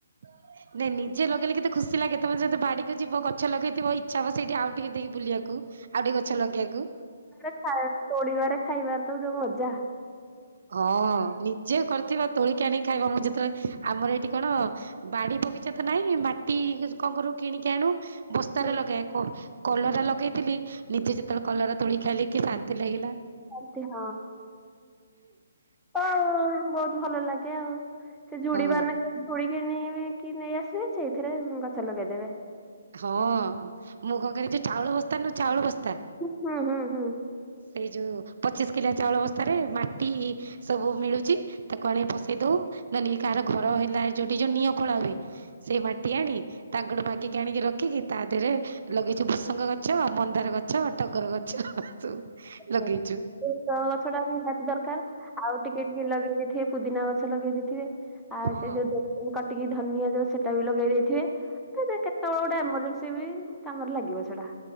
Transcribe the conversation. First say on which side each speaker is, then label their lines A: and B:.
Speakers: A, on the right; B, in the centre.
A: <inaudible> ନାଇଁ ନିଜେ ଲଗେଇଲେ କେତେ ଖୁସି ଲାଗେ ନାଇଁ ନିଜେ ଲଗେଇଲେ କେତେ ଖୁସି ଲାଗେ ତମେ ଯେତ ବାଡ଼ିକୁ ଯିବ ଗଛ ଲଗେଇଥିବ ଇଚ୍ଛା ହେବ ସେଇଠି ଆଉ ଟିକେ ଟିକେ ବୁଲିଆକୁ। ଆଉ ଟିକେ ଗଛ ଲଗେଇଆକୁ।
B: <unintelligible> ଖା ତୋଡ଼ିବାରେ ଖାଇବାର ତ ଯୋଉ ମଜା।
A: ହଁ ନିଜେ କରିଥିବା ତୋଳିକି ଆଣିକି ଖାଇବା ମୁଁ ଯେତେବେଳେ ଆମର ଏଇଠି କଣ? ବାଡ଼ି ବଗିଚା ତ ନାହିଁ ମାଟି କଣ କରୁ କିଣିକି ଆଣୁ ବସ୍ତାରେ
B: ହୁଁ,
A: ଲଗାଏ କ କଲରା ଲଗେଇଥିଲି ନିଜେ ଯେତେବେଳେ କଲରା ତୋଳିକି ଖାଇଲି କି ଶାନ୍ତି ଲାଗିଲା।
B: <unintelligible> ହଁ ତ ଆଉ ବହୁତ ଭଲ ଲାଗେ ଆଉ। ସେ ଜୁଡ଼ି
A: ହଁ
B: ବାନେ ଯୁଡ଼ି କିନିକି ନେଇ ଆସେ ସେଇଥିରେ ଗଛ ଲଗେଇଦେବେ।
A: ହଁ ମୁଁ କଣ କରେ ଯୋଉ ଚାଉଳ ବସ୍ତା ନୁହଁ ଚାଉଳ ବସ୍ତା
B: ହୁଁ ହୁଁ ହୁଁ।
A: ସେଇ ଯୋଉ ପଚିଶ କିଲିଆ ଚାଉଳ ବସ୍ଥାରେ ମାଟି ସବୁ ମିଳୁଛି ତାକୁ ଆଣିକି ପସେଇ ଦଉ <unintelligible> କାହାର ଘର ହେଲା ଯୋଉଠି ଯୋଉ ନିଅ ଖୋଳା ହୁଏ ସେଇ ମାଟି ଆଣି ତାଙ୍କଠୁ ମାଗିକି ଆଣିକି ରଖିକି ତା ଦେହେରେ ଲଗେଇଛୁ ଭୁସଙ୍ଗ ଗଛ ମନ୍ଦାର ଗଛ ଟଗର ଗଛ ସବୁ।
B: <unintelligible> ସେଇ
A: ଲଗେଇଛୁ
B: ସୋ ଗଛଟା ନିହାତି ଦରକାର ଆଉ ଟିକେ ଟିକେ ଲଗେଇ ଦେଇଥିବେ ପୁଦିନା ଗଛ ଲଗେଇ ଦେଇଥିବେ ଆଉ
A: ହଁ
B: ସେ ଯୋଉ କଟିକି ଧନିଆ ଯୋଉ ସେଟା ବି ଲଗେଇ ଦେଇଥିବେ। ସେମତି କେତେବେଳେ ଗୋଟେ ଏମରଜେନ୍ସି ବି କାମରେ ଲାଗିବ ସେଟା।